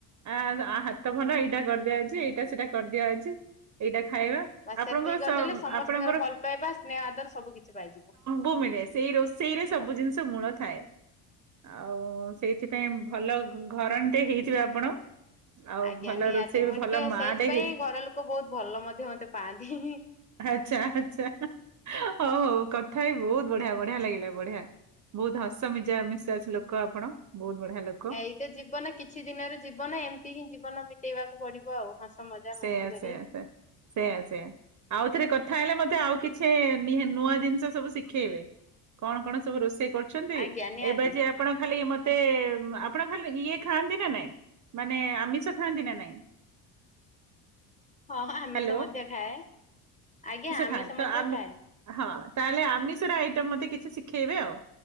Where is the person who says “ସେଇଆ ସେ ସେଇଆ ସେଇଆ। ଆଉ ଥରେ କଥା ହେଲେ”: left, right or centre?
Right